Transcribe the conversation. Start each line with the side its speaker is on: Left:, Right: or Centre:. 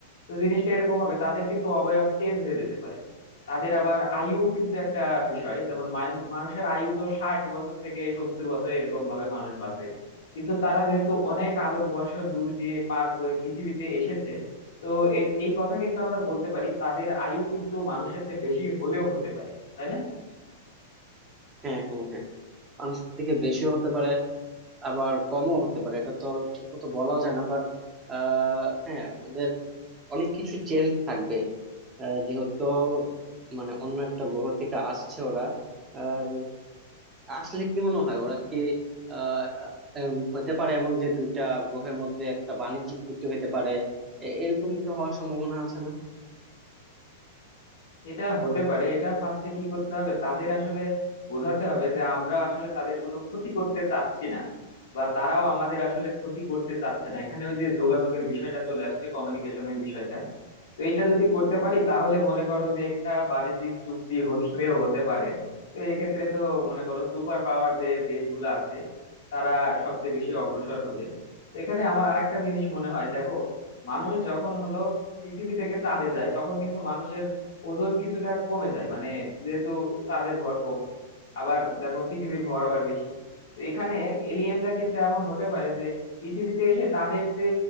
Left: তো জিনিসটা এরকম হবে তাদের কিন্তু অবয়ব চেঞ্জ হয়ে যেতে পারে তাদের আবার আয়ু কিন্তু একটা বিষয় যেমন মানু- মানুষের আয়ু তো ষাট বছর থেকে সত্তর বছর এরকম ভাবে মানুষ বাঁচে কিন্তু তারা যেহেতু অনেক আলোকবর্ষ দূর দিয়ে পার করে পৃথিবীতে এসেছে তো এর- এই কথা কিন্তু আমরা বলতে পারি তাদের আয়ু কিন্তু মানুষের চেয়ে বেশি হলেও হতে পারে তাই না
Right: হ্যাঁ হ্যাঁ হ্যাঁ মানুষের থেকে বেশিও হতে পারে আবার কমও হতে পারে এটা তো ঠিক মতো বলাও যায় না বাট আহ হ্যাঁ ওদের অনেক কিছু চেঞ্জ থাকবে আহ, যেহেতু মানে অন্য একটা গ্রহ থেকে আসছে ওরা আর আসলে কি মনে হয় ওরা কি আহ এম, হতে পারে এমন যে দুইটা গ্রহের মধ্যে একটা বাণিজ্যিক চুক্তি হতে পারে এ- এরকম কি হওয়ার সম্ভাবনা আছে না
Left: এটা হতে পারে এটা ফার্স্টে কি করতে হবে তাদের আসলে বোঝাতে হবে যে আমরা আসলে তাদের কোনো ক্ষতি করতে চাচ্ছি না বা তারাও আমাদের আসলে ক্ষতি করতে চাচ্ছে না এখানে ওই যে যোগাযোগের বিষয়টা চলে আসছে কমিউনিকেশনের বিষয়টা তো এটা যদি করতে পারি তাহলে মনে করো যে একটা বাণিজ্যিক চুক্তি হলেও হতে পারে তো এক্ষেত্রে তো মনে করো সুপার পাওয়ার যে দেশগুলো আছে তারা সবচেয়ে বেশি অগ্রসর হবে তো এখানে আমার আরেকটা জিনিস মনে হয় দেখো মানুষ যখন হলো পৃথিবী থেকে চাঁদে যায় তখন কিন্তু মানুষের ওজন কিছুটা কমে যায় মানে যেহেতু চাঁদের ভর কম আবার দেখো পৃথিবীর ভর আবার বেশি তো এখানে এলিয়েনরা কিন্তু এমন হতে পারে যে পৃথিবীতে এসে তাদের যে